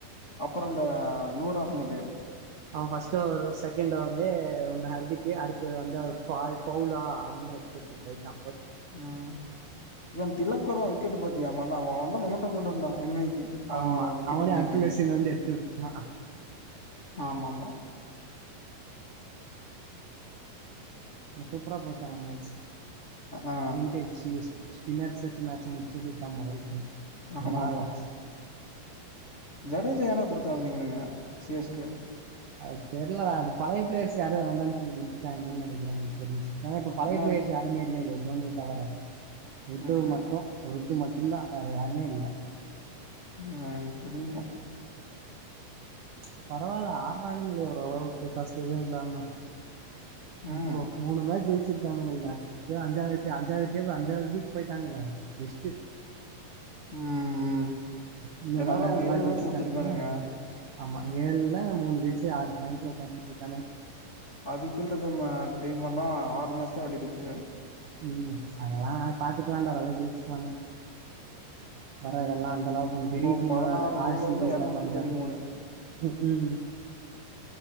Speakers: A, on the left (about 30°); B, on the right (about 65°).
A: அப்புற அந்த நூர் அஹமத் து
B: அவ ஃபஸ்ட் ஒவர் செகெண்ட லே ஒண்ணு அருதிக்கு அடுத்தது வந்து அவ பால் பவுலா அவனே எடுத்துவச்சுட்டு போய்ட்டா
A: ஆ இவன் திலக் வர்மா விக்கெட் பாத்தியா <unintelligible> த மொமன்ட்டோ கொண்டு வந்தா எம் ஐ க்கு அவ
B: ஆமா
A: விக்கெட்ட
B: அவனே
A: புடிங்கிட்டானுங்க
B: அக்கிலேசன் வந்து எடுத்து விட்டா
A: ஆமா ஆமா
B: சூப்பரா போச்சான மேட்ச்
A: ஆ
B: வின்டேஜ் எஸ் ஸ்பின்னர்ஸ் வச்சி மேட்ச் முடிச்சது இதா மொதல் கேம்
A: ஆமா
B: ரொம்பனாலாட்ச்
A: ஆமா ஜடேஜா யான்டா குடுத்தானுங்க இவனுங்க சி எஸ் கே
B: அது தெர்லடா அது பழைய பிளேயர்ஸ் யாரு வேண்டாம்ன் சொல்லி குடுத்துட்டாய்ங்கனு நெனைக்கிறே ஏனா இப்ப பழைய
A: ஏ
B: பிளேயர்ஸ் யாருமே இல்லைலே தோனிய தவற ருத்துவ்
A: ம்
B: மட்டு ருது மட் இல்லா வேற யாருமே இல்ல
A: ஆஹ் கிழிஞ்சிறும்
B: ச் பரவால்ல ஆடுறானுங்களே ஓரளவுக்கு ஃபர்ஸ்ட் எதுவும் இல்லாம
A: ம்
B: இப்போ மூணு மேச் ச்சிருக்கானனுங்கல்ல அப்ப அஞ்சாவ அஞ்சாவதுத்த அஞ்சாவதுக்கு போயிட்டாங்கல பெஸ்டு
A: உம் உம்
B: இன்னும்
A: என்னாலும்
B: வர
A: அவுங்க
B: எல்லாம்
A: ஏழு
B: ஜெயிச்சுட்டானுங்கன்னா,
A: மேச்சு முடுச்சிருக்கானுங்க
B: ஆமா ஏழுல மூணு ஜெயிச்சு ஆறு பாயிண்டல உட்காந்துட்ருக்கானுக
A: அது கீழ் இருக்க ஆஹ் டைம் எல்லாம் ஆறு மேச் தான் ஆடிருக்கு
B: உம் அதெல்லாம் பாத்துக்கலாம்டா அதெல்லாம் ஜெச்சிருவானுங்க வர இதெல்லாம் அந்த அளவுக்கு மூணு பெரிய
A: ஓ
B: டீம்
A: பதினாறு
B: லாம் இல்ல ஆர்
A: ஓவர்ல
B: சி பி இல்ல
A: எரநூத்தி
B: பஞ்சாப்பு
A: பதிமூணு
B: உ உம்